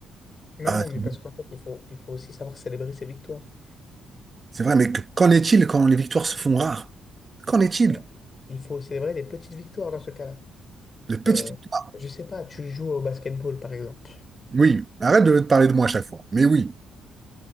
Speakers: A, on the left (about 40°); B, on the right (about 30°).
A: Mais
B: Ah,
A: non,
B: c'est
A: mais
B: bon,
A: parce qu'en fait, il faut, il faut aussi savoir célébrer ses victoires.
B: c'est vrai, mais que- qu'en est-il quand les victoires se font rares? Qu'en est-il?
A: Ouais. Il faut célébrer les petites victoires dans ce cas-là.
B: Les petites
A: Euh,
B: victoires.
A: je sais pas, tu joues au basketball, par exemple.
B: Oui, arrête de te parler de moi à chaque fois. Mais oui,